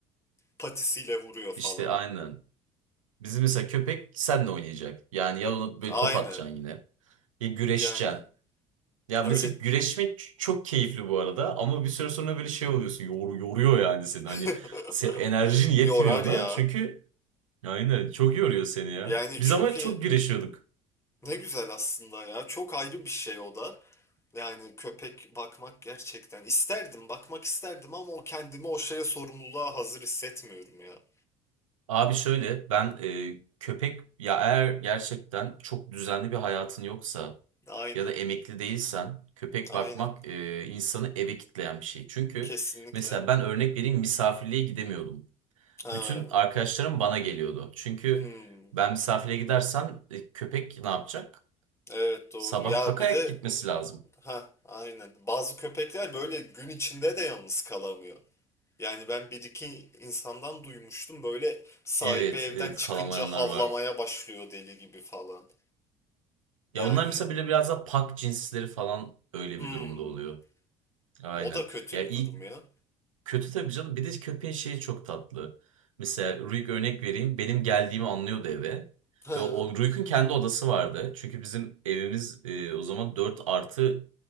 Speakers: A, on the left; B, on the right.
A: Patisiyle vuruyor falan.
B: İşte aynen. Bizim mesela köpek seninle oynayacak. Yani ya onu böyle
A: Aynen.
B: top atacaksın yine. Ya güreşeceksin.
A: Yani
B: Ya mesela
A: öyle
B: güreşmek ç- çok keyifli bu arada ama bir süre sonra böyle şey oluyorsun. Yor, yoruyor yani seni.
A: <laughs>
B: Hani se- enerjin yetmiyor
A: yorar
B: ona.
A: ya.
B: Çünkü aynen çok yoruyor seni ya.
A: Yani
B: Biz
A: çünkü
B: ama çok güreşiyorduk.
A: ne güzel aslında ya. Çok ayrı bir şey o da. Yani köpek bakmak gerçekten isterdim, bakmak isterdim ama o kendimi o şeye sorumluluğa hazır hissetmiyorum ya.
B: Abi şöyle ben e, köpek ya eğer gerçekten çok düzenli bir hayatın yoksa
A: Aynen,
B: ya da emekli değilsen köpek
A: aynen.
B: bakmak e, insanı eve kitleyen bir şey. Çünkü
A: Kesinlikle.
B: mesela ben örnek vereyim misafirliğe gidemiyordum.
A: Ha.
B: Bütün arkadaşlarım bana geliyordu. Çünkü
A: Hmm.
B: ben misafirliğe gidersem e, köpek ne yapacak?
A: Evet doğru.
B: Sabah
A: Ya
B: kakayak
A: bir de
B: gitmesi lazım.
A: ha aynen. Bazı köpekler böyle gün içinde de yalnız kalamıyor. Yani ben bir iki insandan duymuştum böyle sahibi
B: Evet,
A: evden
B: evet
A: çıkınca
B: kalamayanlar
A: havlamaya
B: var.
A: başlıyor deli gibi falan. Yani
B: Ya onlar mesela böyle biraz da pak cinsleri falan öyle
A: hmm,
B: bir durumda oluyor. Aynen.
A: o da kötü
B: Ya
A: bir
B: ilk
A: durum ya.
B: Kötü tabii canım. Bir de köpeğin şeyi çok tatlı. Mesela Ruik örnek vereyim. Benim geldiğimi anlıyordu eve.
A: Ha,
B: Ve o o Ruik'un kendi odası vardı. Çünkü bizim evimiz e, o zaman 4 artı